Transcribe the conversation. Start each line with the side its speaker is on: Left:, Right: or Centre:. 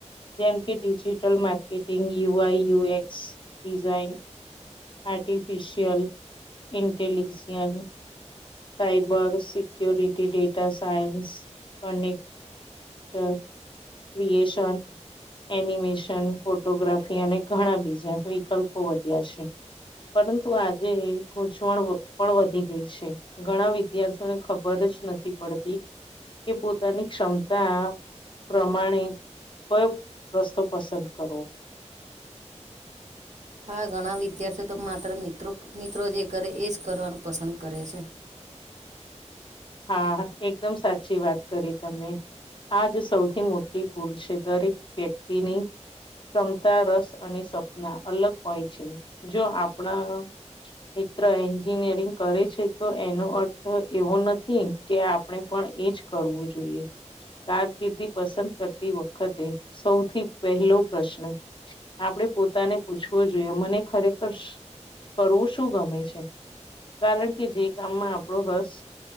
Left: જેમ કે digital marketing, UI UX design, artificial intelligence, cyber security, data science અનેક હ ક્રિએશન એનિમેશન, ફોટોગ્રાફી અને ઘણા બીજા વિકલ્પો વધ્યા છે. પરંતુ આજે ઘૂચવણ વ પણ વધી ગઈ છે. ઘણા વિદ્યાર્થીઓને ખબર જ નથી પડતી કે પોતાની ક્ષમતા પ્રમાણે કયો રસ્તો પસંદ કરવો
Right: હા ઘણા વિદ્યાર્થીઓ તો માત્ર મિત્રો મિત્રો જે કરે એ જ કરવાનું પસંદ કરે છે.
Left: હા આ આ, એકદમ સાચી વાત કરી તમે. આ જ સૌથી મોટી ભૂલ છે દરેક વ્યક્તિની ક્ષમતા, રસ અને સપના અલગ હોય છે. જો આપણા મિત્ર એન્જિનિયરિંગ કરે છે તો એનો અર્થ એવો ન થી કે આપણે પણ એજ કરવું જોઈએ. કારકિર્દી પસંદ કરતી વખતે સૌથી પહેલો પ્રશ્ન આપણે પોતાને પૂછવું જોઈએ મને ખરેખર શ કરવું શું ગમે છે? કારણ કે જે કામમાં આપડો રસ